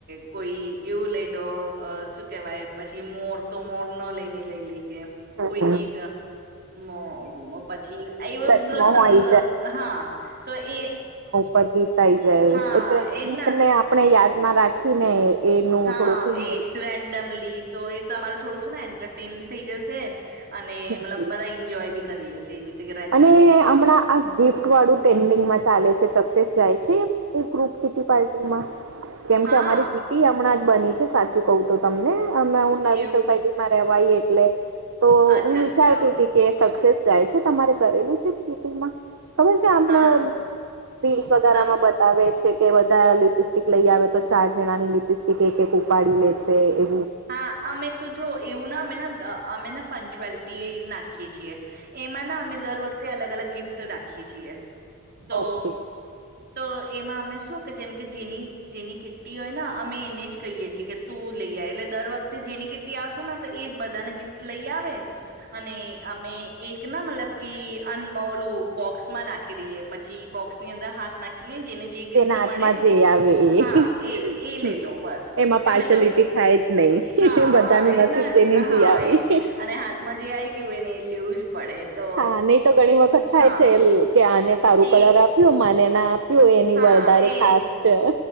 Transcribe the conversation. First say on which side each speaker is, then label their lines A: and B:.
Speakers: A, on the right; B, on the right.
A: કોઈ એવું લઈ લો અ શુ કેવાય પછી મોર તો મોરનો લઈને લઈ લઈએ
B: હમ
A: કોઈ
B: હમ
A: ગીત. મ મ પછી આયવુ
B: ચશ્મા
A: મતલબ તમને
B: આઈ
A: હા તો એ
B: પરથી થઈ જાય
A: હા
B: એટલે
A: એ
B: ગીત
A: જ ના
B: આપણે યાદમાં રાખીને એનું
A: હા
B: થોડુંક
A: એજ રેન્ડમલી તો એ તમારું થોડું શું ને એન્ટરટેન બી થઈ જશે. અને
B: હમ
A: મતલબ
B: હમ
A: બધાં ઈન્જોય બી કરી લેશે એવી રીતે. કે રેન્ડમલી
B: અને હમણાં આ ગિફ્ટ વાળું ટ્રેન્ડિંગમાં ચાલે છે સક્સેસ જાય છે, એ એક ગ્રુપ કીટી પાર્ટી કેમકે
A: હા
B: અમારી કીટી હમણાં જ બની છે સાચું કઉ તો તમને અને નવી
A: એવું
B: સોસાયટીમાં રેવા આઈ એટલે તો
A: અચ્છા
B: હું વિચારતી
A: અચ્છા
B: હતી કે સક્સેસ જાય છે. તમારે કરેલું છે કીટીમા? ખબર છે આપણે
A: હા
B: વીસ હજાર
A: તમ
B: આમા બ બતાવે છે, કે બધા લિપસ્ટિક લઈ આવે તો ચાર જણાની લિપસ્ટિક એક એક ઉપાડી લે છે, એ
A: હા અમે તો જો એવું ના અમે અમેને પંચુઅલિટી નાખીએ છીએ એમાં ના અમે દર વખતે અલગ અલગ ગિફ્ટ રાખીએ છીએ તો
B: ઓકે
A: તો એમાં અમે શું કે જેમ કે જેનીગ જેની કીટી હોય ને અમે એને જ કહીએ છીએ કે તું લઈ આય એટલે દર વખતે જેની કિટટી આવશે ને તો એ જ બધાને ગિફ્ટ લઈ આવે અને અમે એક ના મતલબ કે અનમલું બોક્સમાં નાખી નાખી દઈએ પછી બોક્સની અંદર હાથ નાખીને જેને જે ગિફ્ટ
B: જેના હાથમાં
A: મળે
B: જે આવે એ
A: હા, એ, એ,
B: હમ
A: લઈ લો બસ
B: એમાં પાર્શલિટી
A: અમે તો
B: થાય જ નહી
A: હા,
B: બધાનું
A: હા, એજ
B: નસીબ
A: ના
B: જેની
A: હા
B: જે આવી
A: એજ અને હા મજે આઈ ગયું એને એ લેવું જ પડે તો
B: હા, નહી તો ઘણી વખત થાય
A: હા
B: છે, એ કે આને સારું
A: એ
B: કલર આપ્યું મને ના આપ્યું એની
A: હા
B: વધારે
A: એજ
B: ખાસ છે